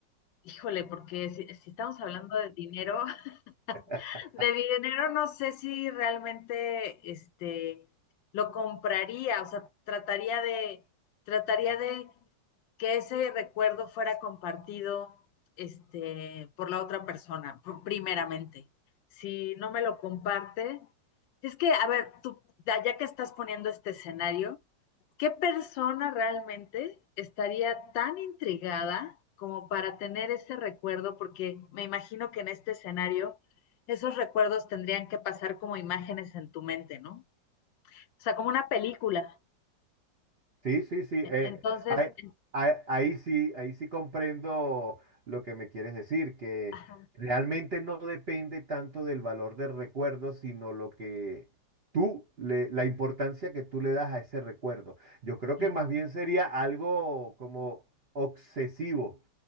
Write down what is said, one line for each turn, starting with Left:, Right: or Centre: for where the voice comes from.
Left: híjole, porque si, si estamos hablando de dinero, <laughs>
Right: <laughs>
Left: De dinero no sé si realmente este lo compraría, o sea, trataría de trataría de que ese recuerdo fuera compartido este por la otra persona pr- primeramente. Si no me lo comparte, es que a ver, tú ya ya que estás poniendo este escenario, ¿Qué persona realmente estaría tan intrigada como para tener ese recuerdo? Porque me imagino que en este escenario esos recuerdos tendrían que pasar como imágenes en tu mente, ¿no? O sea, como una película.
Right: Sí, sí, sí.
Left: E-
Right: eh,
Left: Entonces,
Right: ahí,
Left: en-
Right: ahí- ahí sí, ahí sí comprendo lo que me quieres decir, que
Left: ajá,
Right: realmente no depende tanto del valor del recuerdo, sino lo que tú le, la importancia que tú le das a ese recuerdo. Yo creo
Left: claro.
Right: que más bien sería algo como obsesivo.